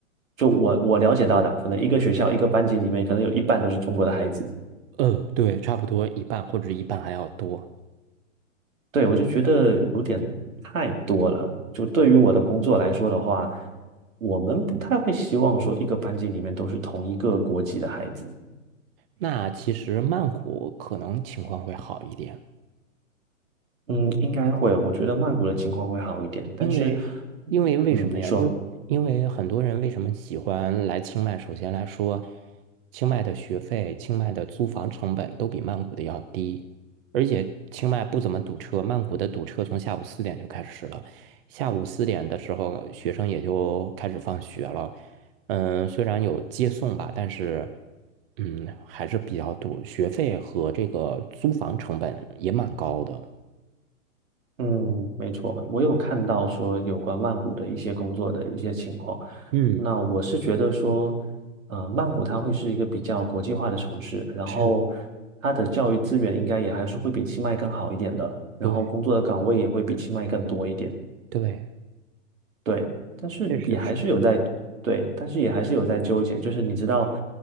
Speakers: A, on the right (about 85°); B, on the right (about 45°).
A: 就我我了解到的，可能一个学校一个班级里面，可能有一半都是中国的孩子。
B: 呃，对，差不多一半或者一半还要多。
A: 对，我就觉得有点太多了。就对于我的工作来说的话，我们不太会希望说一个班级里面都是同一个国籍的孩子。
B: 那其实曼谷可能情况会好一点。
A: 嗯，应该会。我觉得曼谷的情况会好一点，但是，
B: 因为，因为为什么呀？
A: 嗯，你说。
B: 因为因为很多人为什么喜欢来清迈？首先来说，清迈的学费、清迈的租房成本都比曼谷的要低，而且清迈不怎么堵车，曼谷的堵车从下午四点就开始了，下午四点的时候学生也就开始放学了。嗯，虽然有接送吧，但是嗯还是比较堵，学费和这个租房成本也蛮高的。
A: 嗯，没错，我有看到说有关曼谷的一些工作的一些情况。
B: 嗯，
A: 那我是觉得说，呃，曼谷它会是一个比较国际化的城市，然后它的教育资源应该也还是会比清迈更好一点的，
B: 是，
A: 然后工作的岗位也会比清迈更多一点。
B: 对对。
A: 对，但是也还是有在，
B: 确实是
A: 对，但是也还是有在纠结。就是你知道，